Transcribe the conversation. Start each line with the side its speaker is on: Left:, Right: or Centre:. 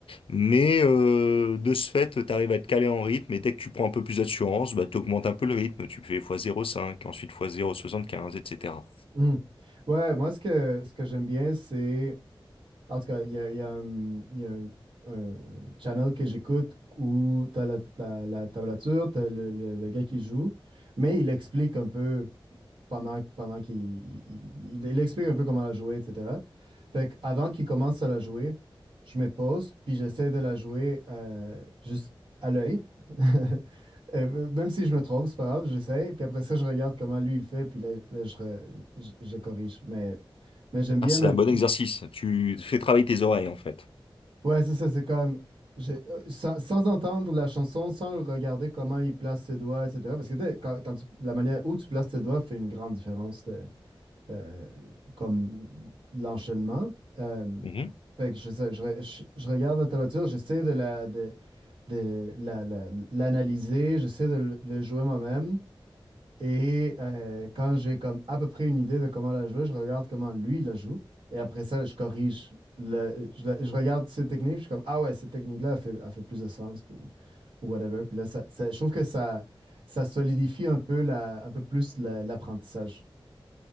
Left: mais euh, de ce fait, t'arrives à te caler en rythme, et dès que tu prends un peu plus d'assurance, bah, t'augmentes un peu le rythme, tu fais fois zéro virgule cinq, ensuite fois 0,75, etc.
Right: Mhm. Ouais, moi, ce que, ce que j'aime bien, c'est. En tout cas, il y a, il y a un, il y a un- un channel que j'écoute où t'as la, la, la tablature, t'as le, le- le gars qui joue, mais il explique un peu pendant, pendant qu'il il, il- il explique un peu comment la jouer, etc. Fait que avant qu'il commence à la jouer, je me pose, puis j'essaie de la jouer euh, juste à l'œil. <laughs> Euh, Même si je me trompe, c'est pas grave, j'essaie. Puis après ça, je regarde comment lui il fait, puis là, là, je, re- je, je corrige. Mais, mais j'aime bien
Left: Ah, c'est
Right: me.
Left: un bon exercice. Tu fais travailler tes oreilles, en fait.
Right: Ouais, c'est ça, c'est comme. je- euh, sans, sans entendre la chanson, sans regarder comment il place ses doigts, etc. Parce que tu sais, quand, quand tu- la manière où tu places tes doigts fait une grande différence. t'es- euh, comme l'enchaînement. Euh,
Left: Mhm.
Right: fait que je, sais- je, re- je- je regarde la tablature, j'essaie de la, de, de la- la- l'analyser, j'essaie de le, le jouer moi-même. Et euh, quand j'ai comme à peu près une idée de comment la jouer, je regarde comment lui la joue. Et après ça, je corrige le, je, la- je regarde ses techniques, je suis comme, ah ouais, cette technique-là, elle fait, elle fait plus de sens, puis- ou, ou whatever. Puis là, ça, ça- je trouve que ça, ça solidifie un peu la, un peu plus la- l'apprentissage.